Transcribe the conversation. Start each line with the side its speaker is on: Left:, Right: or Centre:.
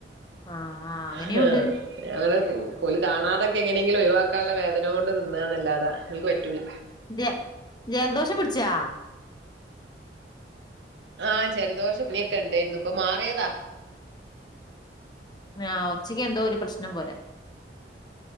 Left: ആഹ് അങ്ങനെയുണ്ട്
Right: ആഹ് ഞാനങ്ങനെ ഓല് കാണാതൊക്കെ എങ്ങനെങ്കിലും ഒഴിവാക്കാനുള്ള വേദന കൊണ്ട് തിന്നാന്നല്ലാതെ അവനിക്ക് പറ്റൂല
Left: ജ ജലദോഷം പിടിച്ചാ
Right: ആഹ് ജൽദോഷം പനിക്കെ ഇണ്ടാര്ന്നു ഇപ്പൊ മാറിയതാ
Left: ആഹ് ഒച്ചക്ക് എന്തോ ഒരു പ്രശ്നം പോലെ